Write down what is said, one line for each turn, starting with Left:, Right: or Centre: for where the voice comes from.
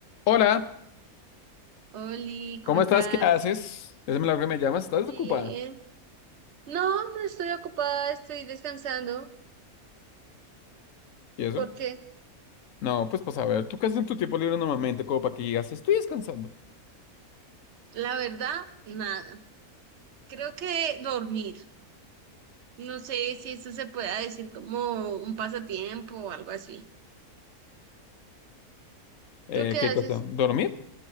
Left: Hola,
Right: Oli,
Left: ¿cómo
Right: ¿cómo estás?
Left: estás? ¿Qué haces? Es milagro que me llamas, ¿estás desocupada?
Right: Bien. No, no estoy ocupada, estoy descansando
Left: ¿Y eso?
Right: porque
Left: No, pues para saber, ¿tú qué haces en tu tiempo libre normalmente? Como para que digas, estoy descansando.
Right: la verdad, nada. Creo que dormir. No sé si eso se pueda decir como un pasatiempo o algo así.
Left: Eh,
Right: ¿Tú qué
Left: ¿qué
Right: haces?
Left: cosa? ¿Dormir?